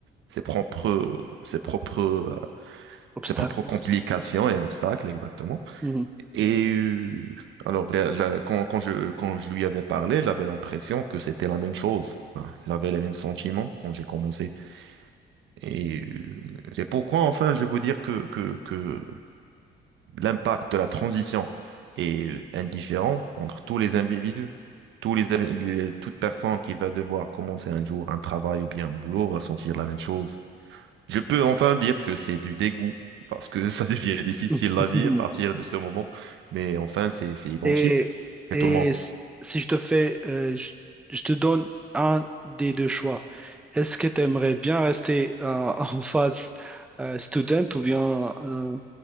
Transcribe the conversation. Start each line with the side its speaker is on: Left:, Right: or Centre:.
Right: ses propres, ses propres, euh,
Centre: obstacle.
Right: ses propres complications et obstacles, exactement.
Centre: Mhm.
Right: Et euh, alors, la- la- quand, quand je, quand je lui avais parlé, j'avais l'impression que c'était la même chose. Enfin, j'avais les mêmes sentiments quand j'ai commencé. Et euh, c'est pourquoi, enfin, je vais vous dire que, que, que l'impact de la transition est euh, indifférent entre tous les individus. Tous les, invi- les- toute personne qui va devoir commencer un jour un travail ou bien un boulot va sentir la même chose. Je peux enfin dire que c'est du dégoût parce que <laughs> ça devient difficile
Centre: <laughs>
Right: la vie à partir de ce moment. Mais enfin, c'est, c'est identique
Centre: Et et
Right: et tout le monde.
Centre: s- si je te fais, euh, je, je te donne un des deux choix. Est-ce que tu aimerais bien rester euh, <laughs> en phase euh, student ou bien euh,